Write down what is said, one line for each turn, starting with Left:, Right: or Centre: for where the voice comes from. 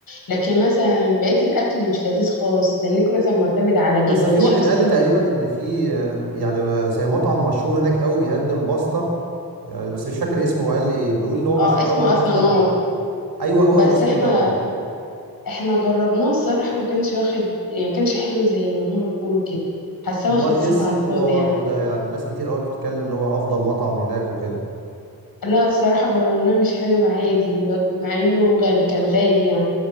Left: لكن مثلا بقيه الاكل مش لذيذ خالص استنيك مثلا معتمد على جبن
Right: بس في
Left: شيبسي
Right: واحد قال لي تقريبا
Left: حاجة.
Right: ان في آه، يعني زي مطعم مشهور هناك قوي بيقدم باستا يعني بس مش فاكر اسمه وقال لي ايه بيقول ان هو
Left: اه
Right: مشهور
Left: اسمه
Right: قوي من
Left: اثنور
Right: افضل حاجات ايوه هو
Left: بس
Right: الاسم
Left: احنا
Right: ده اه
Left: احنا جربناه الصراحه ما كانش واخد يعني ما كانش حلو زي ما هم بيقولوا كده حاساه
Right: امال
Left: واخد صيت
Right: ايه الصيت
Left: على
Right: اللي
Left: الفاضي
Right: هو
Left: يعني
Right: واخده ده يعني ناس كتير قوي بتتكلم ان هو افضل مطعم هناك وكده
Left: لا الصراحة جربناه مش حلو عادي مع انه غن كان غالي يعني